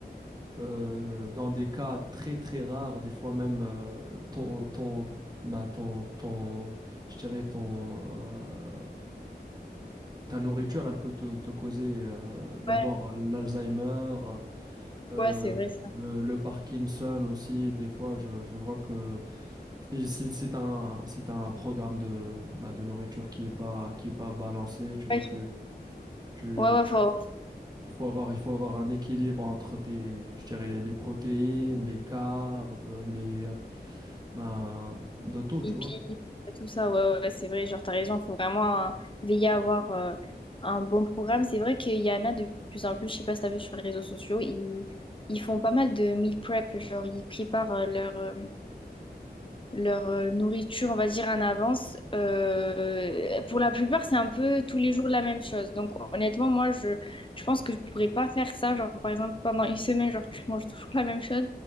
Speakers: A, on the right; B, on the left.
A: euh, dans des cas très très rares, des fois même euh, ton, ton, bah, ton, ton, je dirais ton, euh, ta nourriture, elle peut te, te causer euh, d'avoir
B: ouais,
A: l'Alzheimer, euh,
B: ouais, c'est vrai ça.
A: le, le Parkinson aussi, des fois, je, je vois que si, si, si t'as un, si t'as un programme de, bah, de nourriture qui est pas, qui est pas balancé, tu vois,
B: Ouais,
A: tu, tu,
B: ouais, ouais,
A: tu-
B: faut
A: il faut avoir, il faut avoir un équilibre entre tes, je dirais, les protéines, les carbs, les, euh, ben, de tout, tu
B: hippie,
A: vois,
B: tout ça, ouais, ouais, c'est vrai, genre, t'as raison, faut vraiment euh, veiller à avoir euh, un bon programme. C'est vrai qu'il y en a de plus en plus, je sais pas si t'as vu sur les réseaux sociaux, ils, ils font pas mal de meal prep, genre, ils préparent euh, leur, euh, leur euh, nourriture, on va dire, en avance. Euh, pour la plupart, c'est un peu tous les jours la même chose. Donc, honnêtement, moi, je, je pense que je pourrais pas faire ça. Genre, par exemple, pendant une semaine, genre, tu manges toujours la même chose.